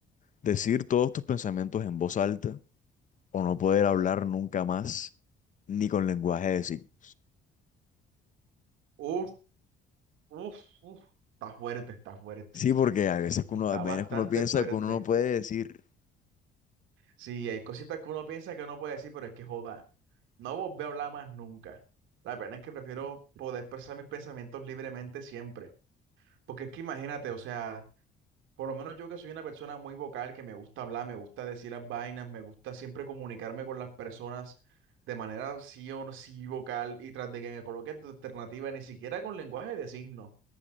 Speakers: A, on the left (about 40°); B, on the right (about 85°).
A: ¿Decir todos tus pensamientos en voz alta o no poder hablar nunca más ni con lenguaje de signos?
B: Uf, uf, uf. Está fuerte, está fuerte.
A: Sí, porque a veces que
B: Está
A: uno, a veces
B: bastante
A: que uno piensa
B: fuerte.
A: que uno no puede decir
B: Sí, hay cositas que uno piensa que no puede decir, pero es que joda. No volví a hablar más nunca. La pena es que prefiero poder expresar mis pensamientos libremente siempre. Porque es que imagínate, o sea. Por lo menos yo que soy una persona muy vocal, que me gusta hablar, me gusta decir las vainas, me gusta siempre comunicarme con las personas de manera sí o no- sí vocal y tras de que me coloque tu alternativa, ni siquiera con lenguaje de signos.